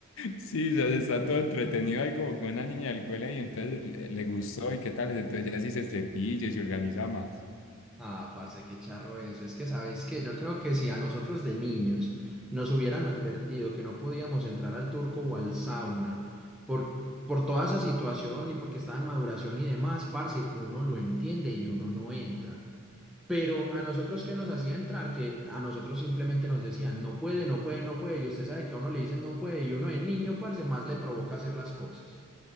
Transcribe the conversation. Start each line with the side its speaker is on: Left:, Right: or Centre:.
Left: Sí, ya se está todo entretenido ahí como con una niña del colegio, entonces le, le gustó y qué tal. Entonces ya sí se cepilla y se organiza más.
Centre: Ah, parce, qué charro eso. Es que, ¿sabes qué? Yo creo que si a nosotros de niños nos hubieran advertido que no podíamos entrar al turco o al sauna por, por toda esa situación y porque estaba en maduración y demás, parce, uno lo entiende y uno no entra. Pero a nosotros que nos hacía entrar, que a nosotros simplemente nos decían, no puede, no puede, no puede, y usted sabe que a uno le dicen no puede, y uno de niño, parce, más le provoca hacer las cosas.